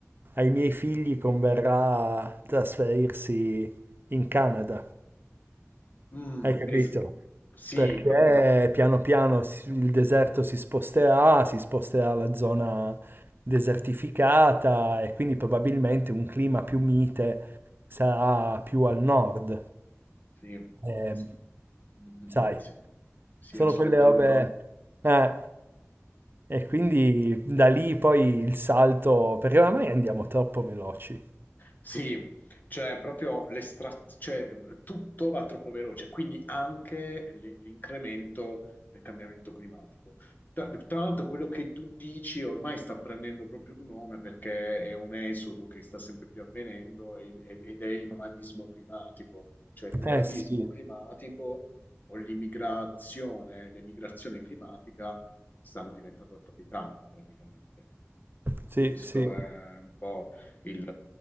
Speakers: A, on the right (about 45°); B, on the left (about 35°).
A: ai miei figli converrà trasferirsi in Canada
B: Mm,
A: hai capito?
B: es- sì,
A: Perché
B: pro-
A: piano piano si- il deserto si sposterà, si sposterà la zona desertificata e quindi probabilmente un clima più mite sarà più al nord.
B: sì,
A: Eh,
B: sì, Mm, mm,
A: sai,
B: mm, sì, sì,
A: sono
B: assolutamente.
A: quelle robe... eh, e quindi da lì poi il salto, perché oramai andiamo troppo veloci.
B: Sì, cioè proprio l'estrat- cioè, tutto va troppo veloce, quindi anche l- l'incremento del cambiamento climatico. Tra, tra l'altro, quello che tu dici ormai sta prendendo proprio un nome perché è un esodo che sta sempre più avvenendo e il- e- ed è il nomadismo climatico, cioè il nomadismo
A: Eh sì,
B: climatico o l'immigrazione, l'emigrazione climatica stanno diventando attualità praticamente.
A: sì,
B: Questo
A: sì,
B: è un po' il...